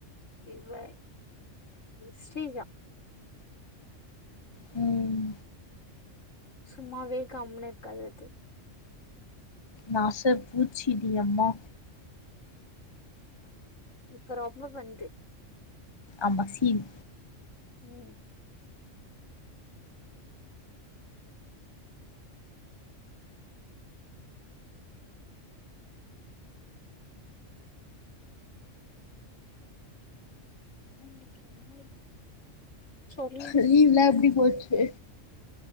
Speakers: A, on the left; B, on the left.
A: இவா ஸ்ரீஜா
B: ம்
A: சும்மாவே கம்னு இருக்காது அது
B: நாசை பூச்சிடி அம்மா
A: இப்ப ரொம்ப பன்து
B: ஆமா சீன்
A: ம் <unintelligible> இருக்கு சொல்லு
B: லீவ்ல லா எப்படி போச்சு